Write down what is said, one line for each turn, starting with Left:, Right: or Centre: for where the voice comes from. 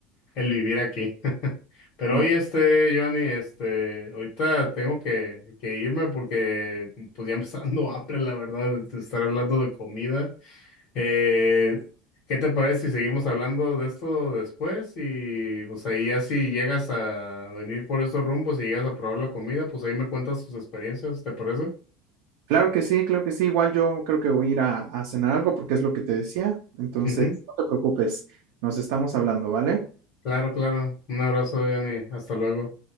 Left: el vivir aquí. Pero
Right: no.
Left: hoy, este, Johnny, este, ahorita tengo que, que irme porque pues ya me está dando <laughs> hambre, la verdad, de estar hablando de comida. Eh, ¿qué te parece si seguimos hablando de esto después? Y pues ahí ya si llegas a venir por estos rumbos y llegas a probar la comida, pues ahí me cuentas tus experiencias, ¿te parece?
Right: Claro que sí, claro que sí. Igual yo creo que voy a ir a, a cenar algo porque es lo que te decía. Entonces,
Left: Ujú.
Right: no te preocupes, nos estamos hablando, ¿vale?
Left: Claro, claro. Un abrazo, Johnny. Hasta luego.